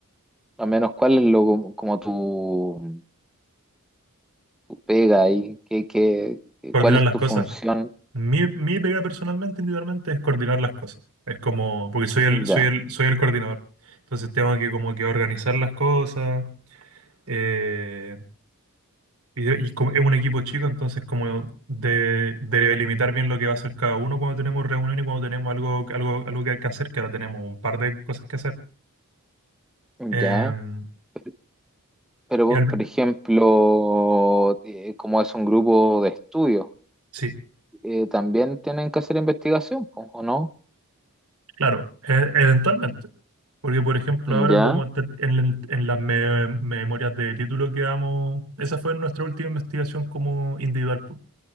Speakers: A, in the centre; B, on the right.
A: más o menos, ¿cuál es lo como como tu tu pega ahí, qué, qué, qué-
B: coordinar
A: cuál es
B: las
A: tu
B: cosas.
A: función,
B: Mi, mi pega personalmente, individualmente, es coordinar las cosas. Es como, porque soy el, soy
A: ya,
B: el, soy el coordinador. Entonces tengo que como que organizar las cosas eh, Y, de- y como es un equipo chico, entonces como de, de limitar bien lo que va a hacer cada uno cuando tenemos reunión y cuando tenemos algo, algo, algo que hay que hacer, que ahora tenemos un par de cosas que hacer.
A: ya.
B: Em,
A: Pero, pero
B: y al-
A: por ejemplo, eh, como es un grupo de estudio,
B: sí,
A: eh, también tienen que hacer investigación, po, ¿o no?
B: claro, e- eventualmente. Porque, por ejemplo, ahora
A: Ya,
B: como te- en, la- en las me- memorias de título que damos, esa fue nuestra última investigación como individual. po.